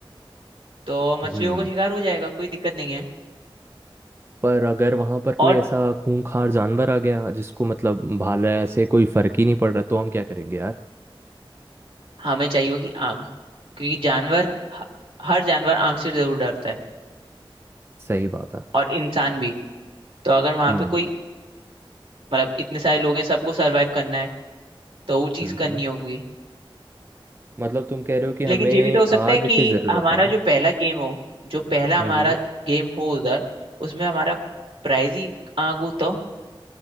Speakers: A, on the right; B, on the right.
A: तो मछलियों
B: हम्म
A: का शिकार हो जाएगा कोई दिक्कत नहीं है
B: पर अगर वहां पर कोई
A: और
B: ऐसा खूंखार जानवर आ गया जिसको मतलब भाला से कोई फर्क ही नहीं पड़ रहा तो हम क्या करेंगे यार
A: हमें चाहिए होगी आग क्योंकि जानवर ह- हर जानवर आग से जरूर डरता है
B: सही बात है
A: और इंसान भी तो अगर वहां
B: हम्म
A: पे कोई मतलब इतने सारे लोग हैं सबको सरवाइव करना है तो वो चीज
B: हम्म
A: करनी
B: हम्म।
A: होगी
B: मतलब तुम कह रहे हो कि हमें
A: लेकिन ये भी तो हो सकता
B: आग
A: है कि
B: की जरूरत
A: हमारा
B: है
A: जो पहला गेम हो जो पहला
B: हम्म
A: हमारा गेम हो उधर उसमें हमारा प्राइज ही आग हो तो